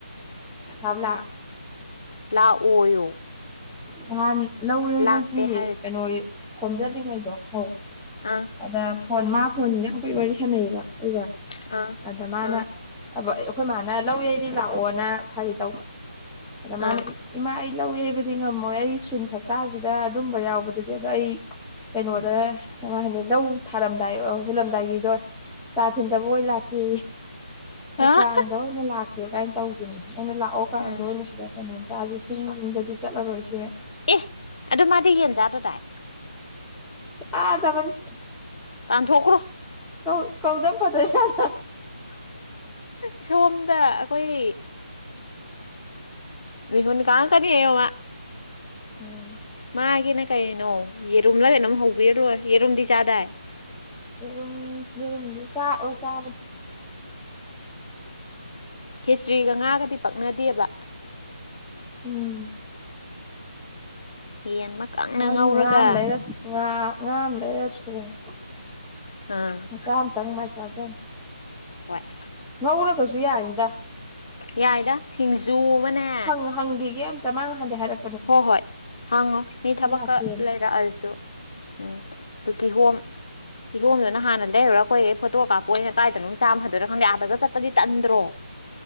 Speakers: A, in the centre; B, on the left.
A: ꯁꯥꯞ ꯂꯥꯛ
B: ꯂꯥꯛꯑꯣꯌꯣ
A: ꯅꯍꯥꯟ ꯂꯧ ꯌꯩꯕꯒꯤ
B: ꯂꯥꯛꯇꯦ ꯍꯥꯏꯔꯦ
A: ꯀꯩꯅꯣ ꯈꯣꯝꯖꯂꯤꯉꯩꯗꯣ ꯐꯧ
B: ꯑꯥ
A: ꯑꯗ ꯐꯣꯟ ꯃꯥ ꯐꯣꯟꯅꯤ ꯍꯧꯈꯣꯏ ꯋꯥꯔꯤ ꯁꯥꯟꯅꯩꯕ ꯑꯩꯒ
B: ꯑꯥ
A: ꯑꯗ ꯃꯥꯅ
B: ꯑꯥ
A: ꯑꯕ ꯑꯩꯈꯣꯏ ꯃꯥꯅ ꯂꯧ ꯌꯩꯗꯤ ꯂꯥꯛꯑꯣꯅ ꯍꯥꯏꯒ ꯇꯧꯕ ꯑꯗ
B: ꯑꯥ
A: ꯃꯥꯅ ꯏꯃꯥ ꯑꯩ ꯂꯧꯋꯦ ꯍꯥꯏꯕꯗꯤ ꯉꯝꯃꯣꯏ ꯑꯩ ꯏꯁ꯭ꯀꯨꯜ ꯁꯛꯇꯁꯤꯗ ꯑꯗꯨꯝꯕ ꯌꯥꯎꯕꯗꯨꯗꯤ ꯑꯗꯣ ꯑꯩ ꯀꯩꯅꯣꯗ ꯀꯃꯥꯏꯅ ꯂꯧ ꯊꯥꯔꯝꯗꯥꯏ ꯍꯨꯜꯂꯝꯗꯥꯏꯒꯤꯗꯣ ꯆꯥ ꯊꯤꯟꯗꯕ ꯑꯣꯏꯅ ꯂꯥꯛꯈꯤ
B: ꯑꯥ
A: ꯀꯥꯡꯗ ꯑꯣꯏꯅ ꯂꯥꯛꯀꯦ ꯀꯥꯏꯅ ꯇꯧꯈꯤꯅꯤ ꯑꯩꯅ ꯂꯥꯛꯑꯣ ꯀꯥꯡꯗ
B: ꯎꯝ
A: ꯑꯣꯏꯅ ꯁꯤꯗ ꯀꯩꯅꯣꯝ ꯆꯁꯤ ꯆꯤꯡꯗꯗꯤ ꯆꯠꯂꯔꯣꯏꯁꯦ
B: ꯑꯦ ꯑꯗꯨ ꯃꯥꯗꯤ ꯌꯦꯟ ꯆꯥꯗꯗꯥꯏ
A: ꯆꯗꯕꯅꯤ
B: ꯇꯥꯟꯊꯣꯛꯈ꯭ꯔꯣ
A: ꯀꯧ ꯀꯧꯗꯝ ꯐꯗꯣꯏ ꯖꯥꯠꯂ
B: ꯁꯣꯝꯗ ꯑꯩꯈꯣꯏ ꯃꯤꯍꯨꯟ ꯀꯪꯂꯛꯀꯅꯤꯌꯣ ꯃꯥ
A: ꯎꯝ
B: ꯃꯥꯒꯤꯅ ꯀꯩꯅꯣ ꯌꯦꯔꯨꯝꯂꯒ ꯑꯗꯨꯝ ꯍꯧꯕꯤꯔ ꯂꯣꯏ ꯌꯦꯔꯨꯝꯗꯤ ꯆꯥꯗꯥꯏ
A: ꯌꯦꯔꯨꯝ ꯌꯦꯔꯨꯝ ꯆꯥ ꯑꯣ ꯆꯥꯕ
B: ꯈꯦꯆꯔꯤꯒ ꯉꯥꯒꯗꯤ ꯄꯛꯅꯗꯦꯕ
A: ꯎꯝ
B: ꯌꯦꯟ ꯑꯃ ꯀꯪꯅ
A: ꯃꯥꯒꯤ
B: ꯉꯧꯔꯒ
A: ꯉꯥ ꯑꯃꯥ ꯂꯩꯔ ꯉꯥ ꯉꯥ ꯑꯃ ꯂꯩꯔ ꯊꯣꯡꯉꯁꯤ
B: ꯍꯥꯥ
A: ꯃꯆꯥ ꯑꯝꯇꯪ ꯃꯥꯏ ꯆꯥꯖꯅꯤ
B: ꯋꯥꯠ
A: ꯉꯧꯔꯒꯁꯨ ꯌꯥꯏꯅꯤꯗ
B: ꯌꯥꯏꯗ ꯁꯤꯡꯖꯨ ꯑꯃꯅꯦ
A: ꯍꯪꯒꯤꯒꯦ ꯇꯃꯥꯡ ꯍꯥꯟꯗ ꯍꯥꯏꯔ
B: ꯍꯣꯏ ꯍꯣꯏ ꯍꯥꯡꯉꯣ ꯃꯤ ꯊꯕꯛꯀ
A: ꯂꯥꯛꯀꯦꯅ
B: ꯂꯩꯔꯛꯑꯁꯨ ꯎꯝ ꯑꯗꯨ ꯀꯤꯍꯣꯝ ꯀꯏꯍꯣꯝꯗꯨꯅ ꯍꯥꯟꯅ ꯂꯩꯔꯨꯔꯒ ꯑꯩꯈꯣꯏꯩ ꯐꯣ ꯀꯥꯞꯄꯣ ꯑꯣꯏꯅ ꯀꯥꯏꯗꯅꯣ ꯆꯥꯝꯕ ꯐꯗꯣꯏꯣ ꯈꯪꯗꯦꯥꯗꯒ ꯆꯠꯇꯄꯗꯤ ꯇꯟꯗ꯭ꯔꯣ